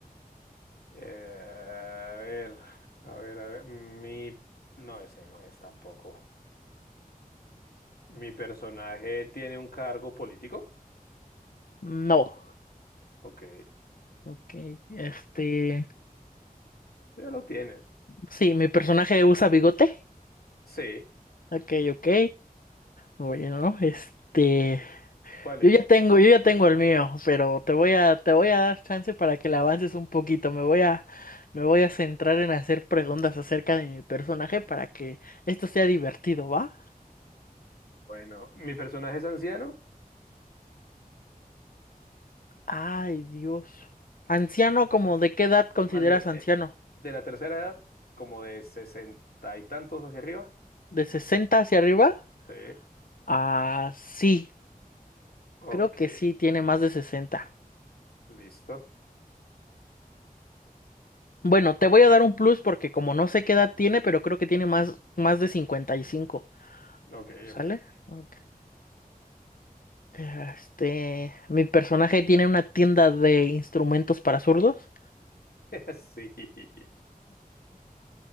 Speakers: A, on the left; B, on the left.
A: Eh, a ver, a ver, a ver. Mi. No, ese no es tampoco. ¿Mi personaje tiene un cargo político?
B: No.
A: Ok,
B: Ok. Este.
A: ya lo tienes.
B: Sí, mi personaje usa bigote.
A: Sí,
B: Ok, ok. Bueno, este.
A: ¿cuál
B: Yo
A: es?
B: ya tengo, yo ya tengo el mío, pero te voy a, te voy a dar chance para que le avances un poquito. Me voy a, me voy a centrar en hacer preguntas acerca de mi personaje para que esto sea divertido, ¿va?
A: Bueno, ¿mi personaje es anciano?
B: Ay, Dios. Anciano, ¿como de qué edad consideras
A: Más bien,
B: anciano?
A: eh, de la tercera edad, como de sesenta y tantos hacia arriba.
B: ¿De sesenta hacia arriba?
A: Sí,
B: Ah, sí.
A: ok,
B: Creo que sí, tiene más de 60.
A: listo.
B: Bueno, te voy a dar un plus porque como no sé qué edad tiene, pero creo que tiene más, más de cincuenta y cinco,
A: Ok, ok,
B: ¿Sale?
A: ok.
B: Ok. Este, mi personaje tiene una tienda de instrumentos para zurdos.
A: <laughs> Sí.